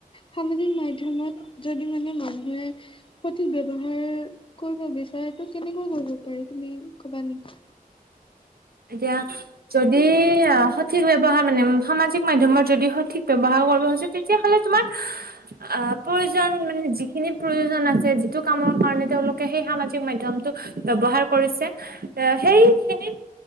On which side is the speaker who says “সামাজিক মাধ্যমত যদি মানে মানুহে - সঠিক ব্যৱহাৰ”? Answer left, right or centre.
Left